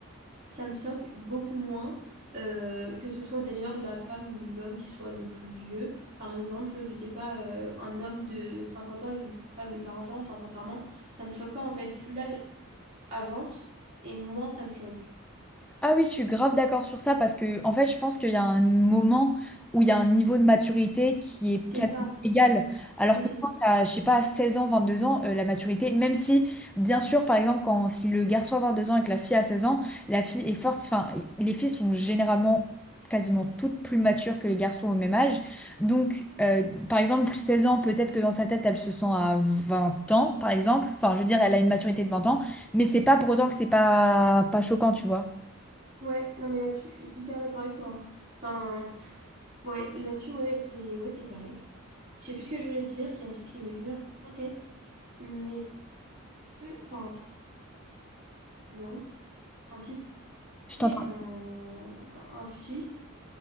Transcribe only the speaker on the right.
ça me choque beaucoup moins euh, que ce soit d'ailleurs la femme ou l'homme qui soit le plus vieux. Par exemple, je sais pas, euh, un homme de 50 ans avec une femme de 40 ans, enfin sincèrement, ça me choque pas en fait. Plus l'âge avance et moins ça me choque.
C'est
ça,
oui,
c'est ça.
Ouais, non mais là-dessus, je suis hyper d'accord avec toi. hein. Enfin, Ouais, là-dessus, ouais, c'est ouais, c'est pareil. Je sais plus ce que je voulais dire, il y a un truc qui m'est venu en tête, mais enfin, par exemple, enfin, si tu
avais un, un fils,